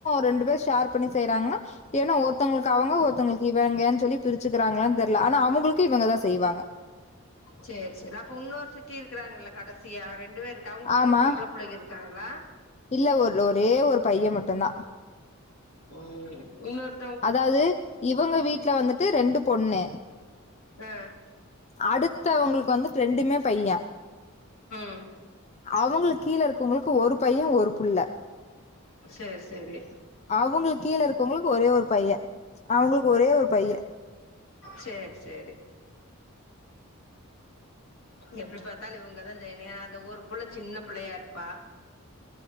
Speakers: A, on the left (about 30°); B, on the left (about 75°).
A: ரெண்டு பேர் ஷேர் பண்ணி செய்றாங்ன்னா ஏன்னா ஒருத்தவங்களுக்கு அவங்க ஒருத்தவங்களுக்கு இவங்க சொல்லி பிரிச்சுக்கிறாங்களான்னு தெரியல ஆனா அவங்களுக்கு இவங்கதா செய்வாங்க
B: சேர் செரி அப்ப இன்னொர் சித்தி இருக்குறாங்கில்ல கடசியா ரெண்டு பேர் இருக் அவங்குளுக்கு
A: ஆமா
B: பொம்பள புள்ளைக இருக் காங்களா
A: இல்ல ஒர் ஒரே ஒரு பையெ மட்டூ தா
B: ம் இன்னோர்
A: அதாவது இவங்க வீட்ல வந்து ரெண்டு பொண்ணு
B: ஆ
A: அடுத்தவங்களுக்கு வந்து ரொண்டுமே பையே
B: ம்
A: அவுங்களுக்கு கீழே இருக்கிறவங்களுக்கு ஒரு பையே ஒரு புள்ள
B: சேர் செரி
A: அவூங்களுக்கு கீழே இருக்குறவங்களுக்கு ஒரே ஒரு பையே அவங்களுக்கு ஒரே ஒரு பையே
B: சேர் சேரி எப்படி பார்த்தாலூ இவங்கதா செய்யணியோ அந்த ஒரு புள்ள சின்ன புள்ளையா இருப்பா